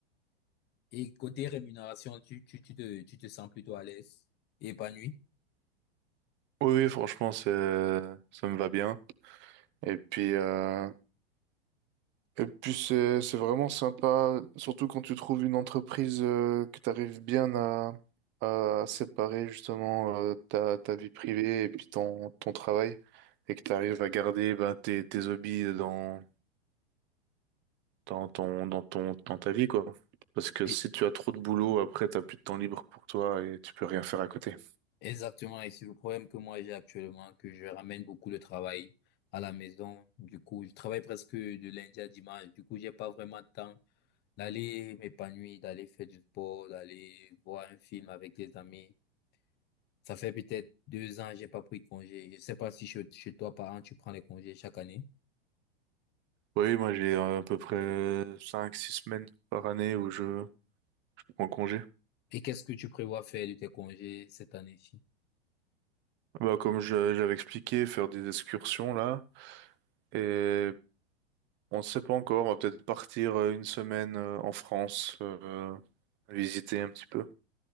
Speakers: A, on the left; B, on the right.
A: Et côté rémunération, tu, tu, tu te, tu te sens plutôt à l'aise et épanoui.
B: Oui, oui, franchement, c'est- ça me va bien. Et puis, euh, et puis c'est c'est vraiment sympa, surtout quand tu trouves une entreprise euh, que tu arrives bien à, à séparer justement euh, ta, ta vie privée et puis ton, ton travail, et que tu arrives à garder ben, tes, tes hobbies dans, dans ton, dans ton, dans ta vie, quoi. Parce que
A: Et,
B: si tu as trop de boulot, après, t'as plus de temps libre pour toi et tu peux rien faire à côté.
A: exactement, et c'est le problème que moi j'ai actuellement, que je ramène beaucoup de travail à la maison. Du coup, je travaille presque de lundi à dimanche. Du coup, j'ai pas vraiment de temps d'aller m'épanouir, d'aller faire du sport, d'aller voir un film avec des amis. Ça fait peut-être deux ans, j'ai pas pris de congé. Je sais pas si chez, chez toi, parents tu prends les congés chaque année.
B: Oui, moi, j'ai euh, à peu près euh, cinq six semaines par année où je prends congé.
A: Et qu'est-ce que tu prévois faire de tes congés cette année-ci?
B: Bah, comme je, j'avais expliqué, faire des excursions, là. Et on ne sait pas encore, on va peut-être partir euh, une semaine euh, en France, euh, visiter un petit peu.